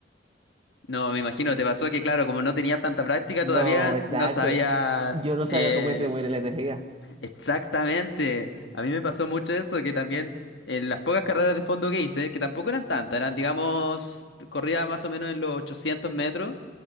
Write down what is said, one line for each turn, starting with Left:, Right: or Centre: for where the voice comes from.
Left: No, me imagino. Te pasó que, claro, como no tenías tanta práctica
Right: No,
Left: todavía,
Right: exacto.
Left: no sabías
Right: Yo no sabía
Left: eh,
Right: cómo distribuir la energía.
Left: exactamente. A mí me pasó mucho eso, que también en las pocas carreras de fondo que hice, que tampoco eran tantas, eran, digamos, corría más o menos en los 800 metros.